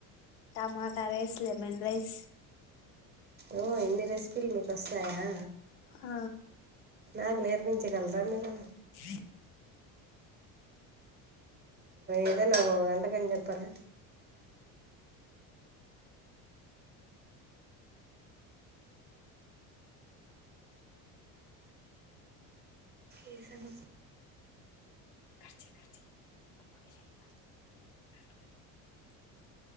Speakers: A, on the left; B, on the right.
A: టమాటా రైస్ లెమన్ రైస్
B: ఓ ఇన్ని రెసిపీలు నీకు వస్తాయా
A: ఆ
B: నాకు నేర్పించగలరా మీరు
A: ఇ
B: ఇదేనా వంటకం చెప్పారా ఏ సన
A: <inaudible>